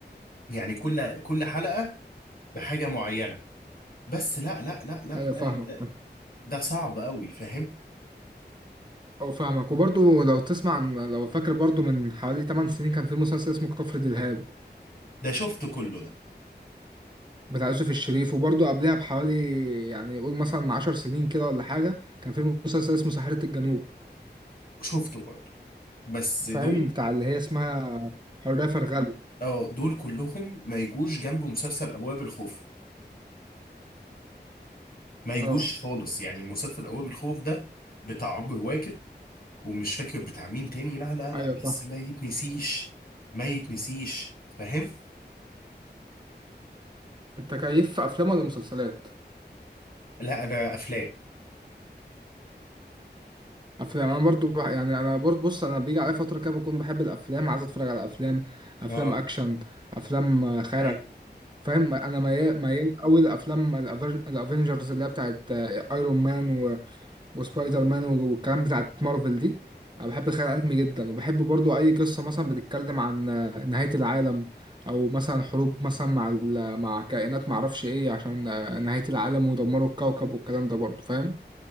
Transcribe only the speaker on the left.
يعني كل كل حلقة بحاجة معينة بس لا لا لا لا
ده
ده ده صعب قوي فاهم
ده شفته كله ده
وشفته برضه بس دول
اه دول كلهم ما يجوش جنب مسلسل أبواب الخوف ما يجوش
خالص يعني مسلسل أبواب الخوف ده بتاع عمرو واكد ومش فاكر بتاع مين تاني لا لا لا
بس
ما يتنسيش ما يتنسيش فاهم
لا انا افلام
اه
ايوه